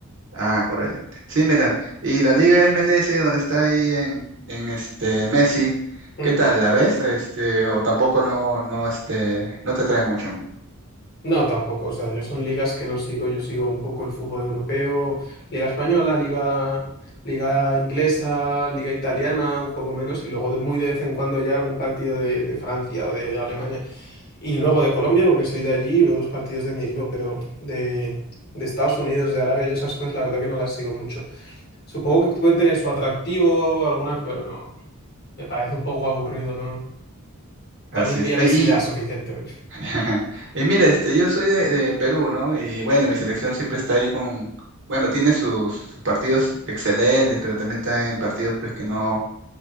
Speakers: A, on the right; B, on the left.
A: Ah, correcto. Sí, mira, y la Liga MLS, donde está ahí en, en este, Messi,
B: Mm.
A: ¿qué tal? ¿La ves? Este, o tampoco no, no, este, no te atrae mucho.
B: No, tampoco. O sea, yo son ligas que no sigo. Yo sigo un poco el fútbol europeo, liga española, liga, liga inglesa, liga italiana, un poco menos, y luego de, muy de vez en cuando ya algún partido de, de Francia o de Alemania. Y luego de Colombia, porque soy de allí y veo los partidos de mi equipo, pero de, de Estados Unidos, de Arabia, yo esas cosas la verdad que no las sigo mucho. Supongo que puede tener su atractivo, alguna, pero no. Me parece un poco aburrido, ¿no? También
A: Así es.
B: vi a
A: Eh,
B: Messi
A: Y
B: ya suficiente.
A: <laughs> Y mira, este, yo soy de, de Perú, ¿no? Y bueno, mi selección siempre está ahí con, bueno, tiene sus, sus partidos excelentes, pero también está en partidos pues que no,